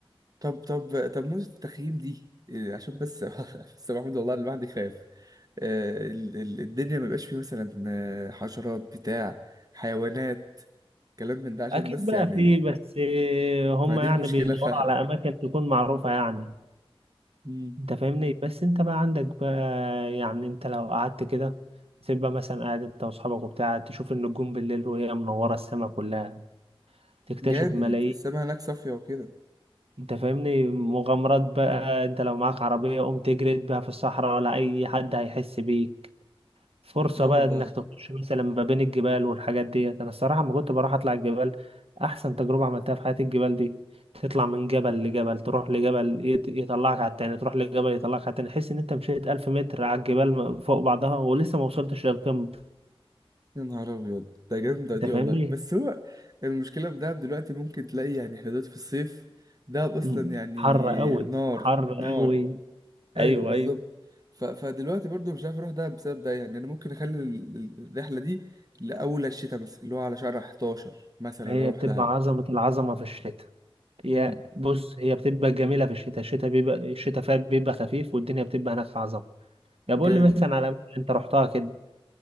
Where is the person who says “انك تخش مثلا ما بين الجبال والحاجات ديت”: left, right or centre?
Right